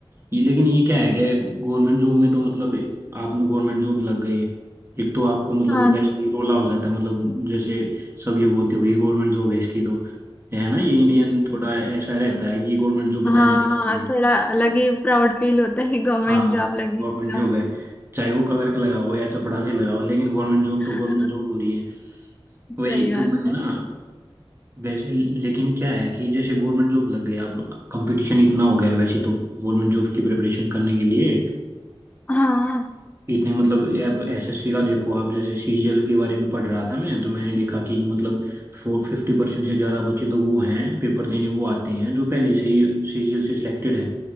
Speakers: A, on the right; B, on the left.
A: ये लेकिन ये क्या है कि गवर्नमेंट जॉब में तो मतलब आप गवर्नमेंट जॉब लग गए एक तो आपको मतलब
B: हाँ
A: वैसे
B: जी
A: ही रोला हो जाता है मतलब जैसे सब ये बोलते हुए गवर्नमेंट जॉब है इसकी तो है ना ये इंडियन थोड़ा ऐसा रहता है कि ये गवर्नमेंट जॉब
B: हाँ
A: पता नहीं क्या होती
B: हाँ
A: है
B: थोड़ा अलग ही प्राउड फील होता है कि गवर्नमेंट
A: हाँ
B: जॉब लगी
A: गवर्नमेंट
B: एकदम
A: जॉब है चाहे वो क्लर्क लगाओ या चपरासी लगाओ लेकिन गवर्नमेंट जॉब
B: <laughs>
A: तो गवर्नमेंट जॉब हो रही है वही
B: सही बात
A: तो मैं
B: है
A: ना वैसे लेकिन क्या है कि जैसे गवर्नमेंट जॉब लग गया अब कंपटीशन इतना हो गया है वैसे तो गवर्नमेंट जॉब की प्रिपरेशन करने के लिए
B: हाँ
A: इतने मतलब अब एसएससी का देखो आप जैसे सीजीएल के बारे में पढ़ रहा था मैं तो मैंने देखा कि मतलब फोर फिफ्टी परसेंट से ज़्यादा बच्चे तो वो हैं पेपर देने वो आते हैं जो पहले से ही सीजीएल से सिलेक्टेड हैं